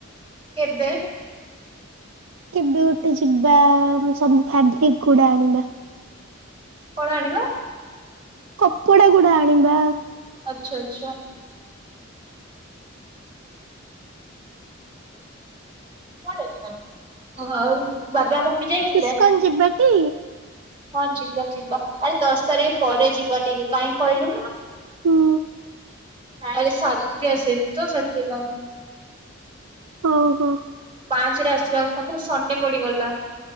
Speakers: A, on the right; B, on the right.
A: କେବେ?
B: କେବେ ଗୋଟେ ଯିବା ସବୁ ଫାବ୍ରିକ୍ ଗୁଡା ଆଣିବା।
A: କଣ ଆଣିଲ?
B: କପଡା ଗୁଡା ଆଣିବା।
A: ଆଚ୍ଛା ଆଚ୍ଛା। ହଁ, ଆଉ ବାବା ମମି ଯାଇଥିଲେ।
B: ଇସ୍କନ ଯିବାଟି
A: ହଁ, ଯିବା ଯିବା ଆରେ ଦଶ ତାରିଖ ପରେ ଯିବା ଟିକେ କାହିଁକ କଇଲୁ।
B: ହୁଁ
A: କାଲି ସାଲିରି ଆସିନି ତ ସେଥିପାଇଁ।
B: ହଉ ହଉ।
A: ପାଞ୍ଚରେ ଆସିବା କଥା ନା ସଣ୍ଡେ ପଡିଗଲା।